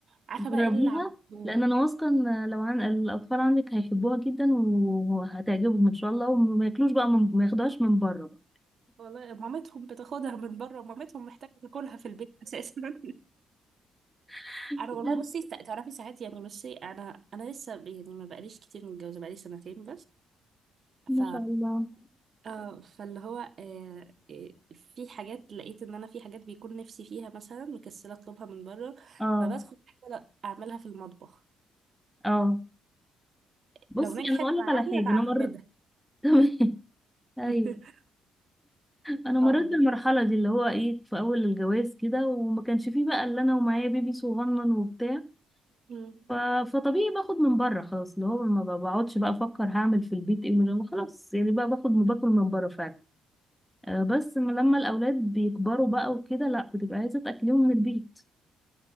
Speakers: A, on the right (about 55°); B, in the centre.
A: عارفة
B: جربيها
A: بقى ايه اللي عملته
B: لان انا واثقه ان لو عن الاطفال عندك هيحبوها جدا وهتعجبهم ان شاء الله وما ياكلوش بقى من... ما ياخدوهاش من بره بقى
A: والله مامتهم بتاخدها من بره مامتهم محتاجة تاكلها في البيت اساسا <laughs>
B: <laughs>
A: انا والله بصي تع- تعرفي ساعات يعني بصي انا انا لسه يعني ما بقاليش كتير متجوزة بقالي سنتين بس
B: ما شاء الله
A: اه فاللي هو آه آه، في حاجات لقيت ان انا في حاجات بيكون نفسي فيها مثلا مكسله اطلبها من بره
B: اه
A: فبدخل احاول اعملها في المطبخ
B: اه بصي
A: لو نجحت
B: انا هقول
A: معايا
B: لك على حاجه
A: بعتمدها
B: انا مر <laughs> تمام ايوه
A: <laughs>
B: انا مريت
A: اه آه،
B: بالمرحله
A: بت-
B: دي اللي هو ايه في اول الجواز كده وما كانش فيه بقى الا انا ومعايا بيبي صغنن وبتاع
A: مم.
B: ف... فطبيعي باخد من بره خلاص اللي هو ما بقعدش بقى افكر هعمل في البيت ايه من خلاص يعني بقى باخد باكل من بره فعلا آه، بس من لما الأولاد بيكبروا بقى وكده لأ بتبقى عايزة تأكليهم من البيت